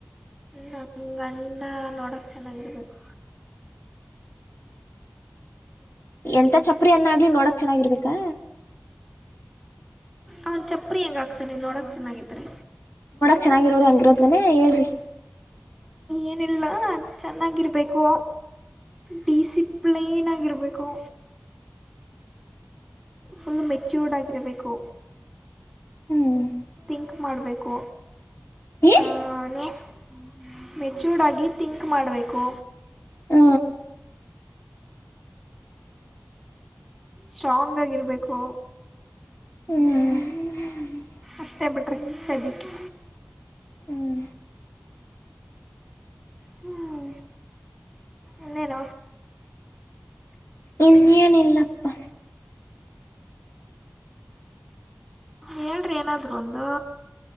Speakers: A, in the centre; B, on the left.
A: ನ ಗಂಡ ನೋಡೋಕ ಚೆನ್ನಾಗಿರುಬೇಕು
B: ಎಂತ ಚಪ್ಪರಿ ಅನ್ನ ಆಗ್ಲಿ ನೋಡಕ್ ಚೆನ್ನಾಗಿರ್ಬೇಕಾ
A: ಅವನು ಚಪ್ಪ್ರ ಹೆಂಗಾಗ್ತಾನೆ ನೋಡಕ್ ಚೆನ್ನಾಗಿತ್ತು ರ
B: ಚೆನ್ನಾಗಿರೋರಿ ಹಂಗಿರೋದ್ನ ಹೇಳ್ರಿ
A: ಏನಿಲ್ಲ ಚೆನ್ನಾಗಿರಬೇಕು ಡಿಸಿಪ್ಲೀನ್ ಆಗಿರಬೇಕು ಫುಲ್ ಮೆಚ್ಯೂರ್ಡ್ ಆಗಿರಬೇಕು
B: ಹ್ಮ್
A: ಿಂಕ್ ಮಾಡಬೇಕು
B: ಈ
A: ಏನು ಮೆಚ್ಯೂರ್ಡ್ ಆಗಿ ಥಿಂಕ್ ಮಾಡಬೇಕು
B: ಹ್
A: ಸ್ಟ್ರಾಂಗ್ ಆಾಗಿಿರಬೇಕು
B: ಹ್ಮ್
A: ಅಷ್ಟೇ ಬಿಟ್ರೆ ಸದ್ಯಕ್ಕೆ
B: ಹ್ಮ್
A: ಹ್ಮ ಅನರ
B: ಇನ್ನಿಯನಲ್ಲಪ್ಪ
A: ಹೇಳ್ರಿ ಏನಾದ್ರು ಒಂದು